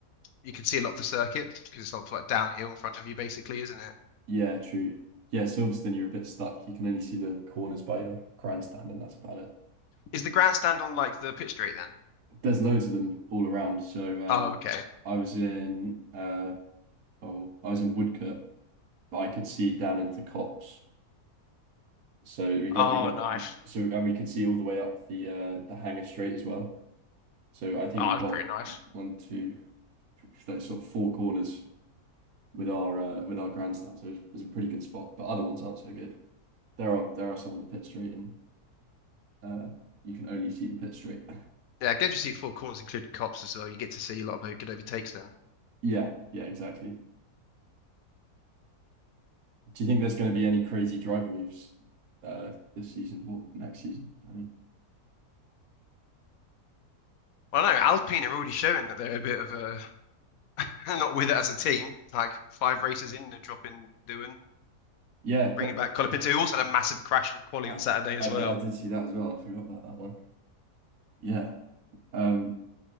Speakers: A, on the left; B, on the right.
A: you can see a lot of the circuit because it's not like downhill in front of you basically, isn't it?
B: Yeah, true. Yeah, Silverstone, you're a bit stuck. You can only see the corners by your grandstand, and that's about it.
A: Is the grandstand on like the pit straight then?
B: There's loads of them all around. So uh,
A: Oh, okay.
B: I was in uh, oh, I was in Woodcote, but I could see down into Copse. So we got
A: Oh,
B: we got
A: nice.
B: so and we could see all the way up the uh, the Hanger Strait as well. So I think
A: Oh,
B: we
A: that's
B: got
A: pretty nice.
B: one, two, three, like sort of four corners with our uh, with our grandstand. So it was a pretty good spot, but other ones aren't so good. There are there are some on the pit straight, and uh, you can only see the pit straight. <laughs>
A: Yeah, it gives you see four corners including cops as well. You get to see a lot of good overtakes then.
B: Yeah, yeah, exactly. Do you think there's going to be any crazy driver moves uh, this season or next season? I mean,
A: Well, I don't know Alpine are already showing that they're a bit of a <laughs> not with it as a team. Like five races in, they're dropping Doohan,
B: yeah,
A: bringing
B: but
A: back Colapinto, who also had a massive crash in quali
B: I
A: on Saturday as
B: I did,
A: well.
B: I did see that as well. I forgot about that one. Yeah, um,